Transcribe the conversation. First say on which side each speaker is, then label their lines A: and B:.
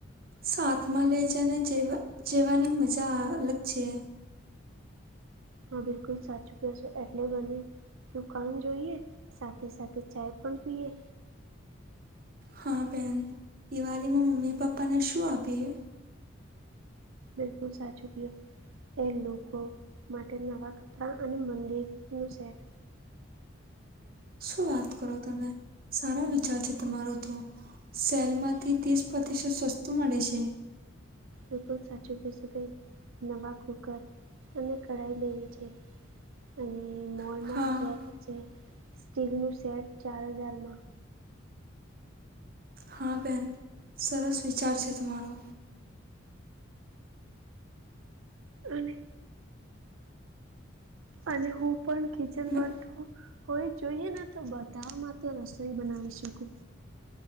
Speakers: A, on the right (about 45°); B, on the right (about 80°).
A: સાથમાં લેજને જેવા જેવાની મજા અલગ છે.
B: હા બિલકુલ સાચૂક્યો છે, એટલે બને દુકાન જોઈએ સાથે સાથે ચાય પણ પીએ.
A: હા બેન, દિવાળીમાં મમ્મી પપ્પાને શું આપીએ.
B: બિલકુલ સાચુ કયો. એ લોકો માટે નવાં કપડાં અને મંદિરનું સેટ,
A: શું વાત કરો તમે સારા વિચાર છે, તમારો તો સેલમાંથી ત્રીસ પ્રતિશત સસ્તું મળે છે.
B: બિલકુલ સાચું કેશુંભાઈ નવા કુકર અને કઢાઈ લેવી જોઈએ. અને મોલમાં
A: હા
B: સેટ છે, સ્ટીલનું સેટ ચાર હજારમાં
A: હા બેન સરસ વિચાર છે, તમારો
B: અને અને હું પણ કિચનમાં,
A: મે-
B: હોય જોઈએ નેતો બધા માટે રસોઈ બનાવી શકું.